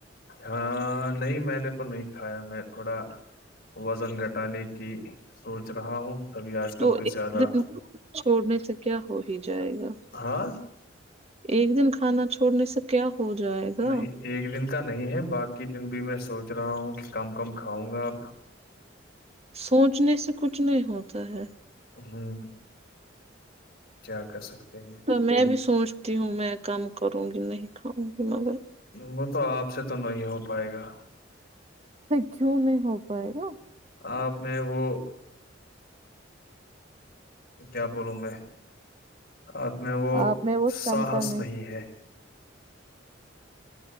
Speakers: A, on the left (about 50°); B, on the right (about 30°).
A: ہاں نہیں میں نے تو نہیں کھایا میں تھوڑا وزن گھٹانے کی سوچ رہا ہوں تبھی آج کل
B: تو
A: کچھ
B: ایک
A: زیادہ
B: دن چھوڑنے سے کیا ہو ہی جائے گا
A: ہاں
B: ایک دن کھانا چھوڑنے سے کیا ہو جائے گا
A: نہیں ایک دن کا نہیں ہے باقی ہی دن بھی میں سوچ رہا ہوں کہ کم کم کھاؤں گا اب
B: سوچنے سے کچھ نہیں ہوتا ہے
A: ہ کیا کر سکتے
B: میں بھی سوچ تیوں میں کم کروں گی نہیں کھاوں گی مگر
A: وہ تو آپ سے تو نہیں ہوتا پائے گا
B: کیوں نہیں ہو پائے گا
A: آپ میں وہ کیا بولوں میں آپ میں وہ
B: آپ میں وہ شمتا
A: ساہس نہیں ہے